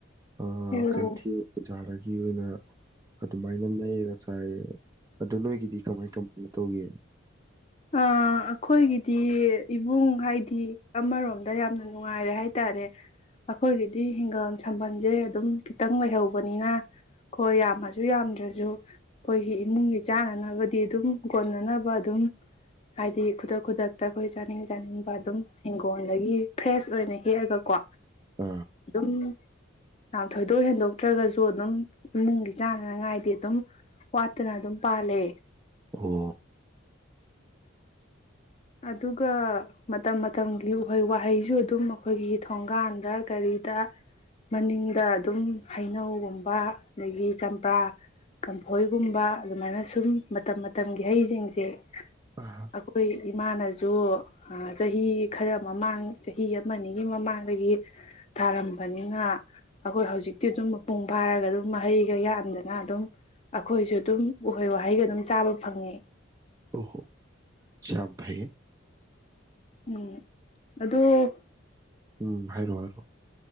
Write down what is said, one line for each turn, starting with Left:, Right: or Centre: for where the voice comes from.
Right: ꯑ
Left: ꯑꯣ
Right: ꯀꯩꯊꯦꯜ ꯕꯖꯔꯒ ꯒꯤ ꯑꯣꯏꯅ ꯑꯗꯨꯃꯥꯏꯅ ꯂꯩ ꯇꯥꯏ ꯑꯗꯨ ꯅꯣꯏꯒꯤꯗꯤ ꯀꯃꯥꯏ ꯀꯃꯥꯏꯅ ꯇꯧꯒꯦ
Left: ꯑ ꯑꯩꯈꯣꯏꯒꯤꯗꯤ ꯏꯕꯨꯡ ꯍꯥꯏꯗꯤ ꯑꯃꯔꯣꯝꯗ ꯌꯥꯝꯅ ꯅꯨꯡꯉꯥꯏꯔꯦ ꯍꯥꯏ ꯇꯔꯦ ꯑꯩꯈꯣꯏꯒꯤꯗꯤ ꯍꯤꯡꯒꯜ ꯁꯥꯝꯕꯜꯁꯦ ꯑꯗꯨꯝ ꯈꯤꯇꯪ ꯂꯩꯍꯧꯕꯅꯤꯅ ꯈꯣꯏ ꯌꯥꯝꯃꯁꯨ ꯌꯥꯝꯗ꯭ꯔꯁꯨ ꯑꯩꯈꯣꯏꯒꯤ ꯏꯃꯨꯡꯒꯤ ꯆꯥꯅꯅꯕꯗꯤ ꯤ ꯑꯗꯨꯝ ꯀꯣꯟꯅꯅꯕ ꯑꯗꯨꯝ ꯍꯥꯏꯗꯤ ꯈꯨꯗꯛ ꯈꯨꯗꯛꯇ ꯑꯩꯈꯣꯏ ꯆꯥꯅꯤꯡ ꯆꯥꯅꯤꯡꯕ ꯑꯗꯨꯝ ꯍꯤꯡꯒꯣꯜꯗꯒꯤ ꯐ꯭ꯔꯦꯁ ꯑꯣꯏꯅꯅ ꯍꯦꯛꯑꯒꯀꯣ
Right: ꯑꯥ
Left: ꯑꯗꯨꯝ ꯌꯥꯝ ꯊꯣꯏꯗꯣꯛ ꯍꯦꯟꯗꯣꯛꯇ꯭ꯔꯒꯁꯨ ꯁꯨ ꯑꯗꯨꯝ ꯏꯃꯨꯡꯒꯤ ꯆꯥꯅꯅꯉꯥꯏꯗꯤ ꯑꯗꯨꯝ ꯋꯥꯠꯇꯅ ꯑꯗꯨꯝ ꯄꯥꯜꯂꯦ
Right: ꯑꯣ
Left: ꯑꯗꯨꯒ ꯃꯇꯝ ꯃꯇꯝꯒꯤ ꯎꯍꯩ ꯋꯥꯍꯩꯁꯨ ꯑꯗꯨꯝ ꯑꯩꯈꯣꯏꯒꯤ ꯊꯣꯡꯒꯥꯟꯗ ꯀꯔꯤꯗ ꯃꯅꯤꯡꯗ ꯑꯗꯨꯝ ꯍꯩꯅꯧꯒꯨꯝꯕ ꯑꯗꯒꯤ ꯆꯝꯄ꯭ꯔꯥ ꯀꯝꯐꯣꯏꯒꯨꯝꯕ ꯑꯗꯨꯃꯥꯏꯅ ꯁꯨꯝ ꯃꯇꯝ ꯃꯇꯝꯒꯤ ꯍꯩꯁꯤꯡꯁꯦ
Right: ꯑꯥ
Left: ꯑꯩꯈꯣꯏ ꯏꯃꯥꯅꯁꯨ ꯆꯍꯤ ꯈꯔ ꯃꯃꯥꯡ ꯆꯍꯤ ꯑꯃꯅꯤ ꯑꯒꯤ ꯃꯃꯥꯡꯗꯒꯤ ꯊꯥꯔꯝꯕꯅꯤꯅ ꯑꯩꯈꯣꯏ ꯍꯧꯖꯤꯛꯇꯤ ꯑꯗꯨꯝ ꯃꯄꯨꯡ ꯐꯥꯔꯒ ꯑꯗꯨꯝ ꯃꯍꯩꯒ ꯌꯥꯟꯗꯅ ꯑꯗꯨꯝ ꯑꯩꯈꯣꯏꯁꯨ ꯑꯗꯨꯝ ꯎꯍꯩ ꯋꯥꯍꯩꯒ ꯑꯗꯨꯝ ꯆꯥꯕ ꯐꯪꯉꯤ
Right: ꯑꯣꯍꯣ ꯆꯝ ꯐꯩꯌꯦ
Left: ꯎꯝ ꯑꯗꯣ
Right: ꯎꯝ ꯍꯥꯏꯔꯣ ꯍꯥꯏꯔꯣ